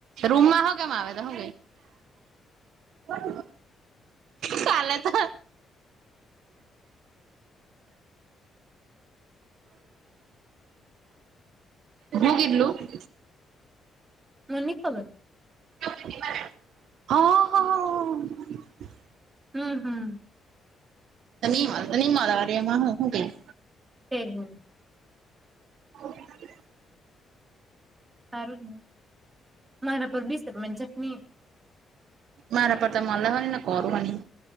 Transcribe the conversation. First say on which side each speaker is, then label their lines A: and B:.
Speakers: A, on the right; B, on the right.
A: રૂમા હા ગયા આવે તો હો ગ, ચાલે તો હૂ કીધું ર્લું, <inaudible>
B: મન ની ખબર,
A: હા હ,
B: હમ હમ,
A: તો નિમા તો નિમા વારી એમાં હ હું કેશ.
B: તે જ ને.
A: હ, <inaudible>
B: સારું મારે પર બીસ મન ચટણી,
A: મારા પર તો મલ્લા હો ના કર હ ની,